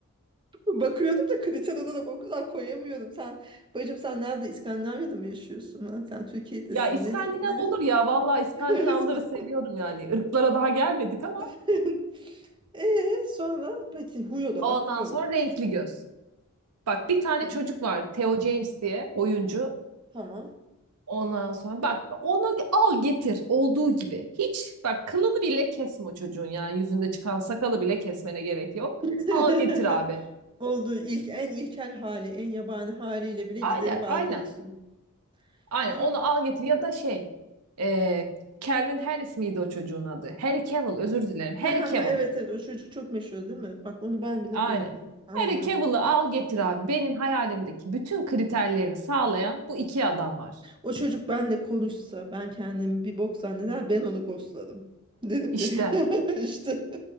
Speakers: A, on the right; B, on the right.
A: Bakıyordum da kriter olarak o kadar koyamıyorum. Sen bacım sen nerede? İskandinavya'da mı yaşıyorsun? Ha? Sen Türkiye'desin.
B: Ya İskandinav
A: Nereye? nereye?
B: olur ya. Vallahi
A: <laughs>
B: İskandinavları
A: İskan-
B: seviyorum yani. Irklara daha gelmedik ama
A: <laughs> Ee, sonra peki huy olarak
B: ondan
A: huy olarak.
B: sonra renkli göz. Bak bir tane
A: Hı,
B: çocuk var. Theo James diye oyuncu.
A: tamam.
B: Ondan sonra bak onu al getir olduğu gibi. Hiç bak kılını bile kesme o çocuğun ya. Yüzünde çıkan sakalı bile kesmene gerek yok.
A: <laughs>
B: Al getir abi.
A: Olduğu ilk en ilkel hali, en yabani haliyle bile
B: Aynen
A: gideri var
B: aynen.
A: diyorsun.
B: Aynen
A: Ya
B: onu al getir ya da şey. E, Calvin Harris miydi o çocuğun adı? Harry Cavill özür dilerim. Harry
A: <laughs>
B: Cavill.
A: Evet evet o çocuk çok meşhur değil mi? Bak onu ben bile
B: Aynen.
A: duydum. Aynen.
B: Harry Cavill'ı al getir abi. Benim hayalimdeki bütün kriterlerini sağlayan bu iki adam var.
A: O çocuk benle konuşsa ben kendimi bir bok zanneder ben onu ghostladım. Dedim
B: İşte.
A: ki <laughs> işte